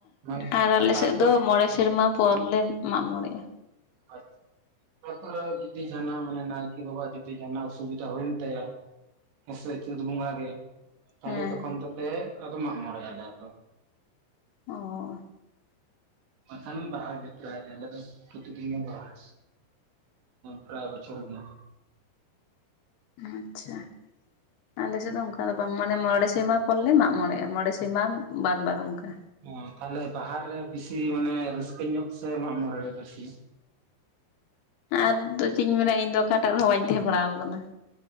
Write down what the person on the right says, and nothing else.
ᱢᱟᱱᱮ
ᱛᱟᱨᱯᱚᱨ
ᱟᱪᱷᱟ ᱛᱟ ᱡᱤᱫᱤ ᱥᱮᱨᱢᱟ ᱡᱩᱫᱤ ᱢᱟᱱᱮ ᱱᱟᱭᱠᱮ ᱵᱟᱵᱟ-ᱟᱜ ᱡᱩᱫᱤ ᱡᱟᱦᱟᱱᱟᱜ ᱚᱥᱩᱵᱤᱫᱷᱟ ᱦᱩᱭᱮᱱ ᱛᱟᱭᱟ ᱦᱮᱸᱥᱮ ᱪᱟᱹᱛ ᱵᱚᱸᱜᱟ ᱜᱮ ᱛᱟᱦᱚᱞᱮ
ᱛᱚᱠᱷᱚᱱ ᱫᱚᱞᱮ ᱟᱫᱚ ᱢᱟᱜ ᱢᱚᱬᱮᱜ ᱟᱞᱮ ᱟᱫᱚ
ᱵᱟᱝᱠᱷᱟᱱ ᱵᱟᱦᱟ ᱜᱮ ᱯᱨᱟᱭ ᱟᱞᱮ ᱫᱚ ᱯᱨᱚᱛᱤᱫᱤᱱ ᱜᱮ ᱵᱟᱦᱟ ᱯᱨᱟᱭ ᱵᱚᱪᱷᱚᱨ ᱜᱮ
ᱦᱚ ᱛᱟᱦᱚᱞᱮ ᱵᱟᱦᱟᱨ ᱨᱮ ᱵᱤᱥᱤ ᱢᱟᱱᱮ ᱨᱟᱹᱥᱠᱟᱹ ᱧᱚᱜ ᱥᱮ ᱢᱟᱜ ᱢᱚᱬᱮ ᱨᱮ ᱵᱮᱥᱤ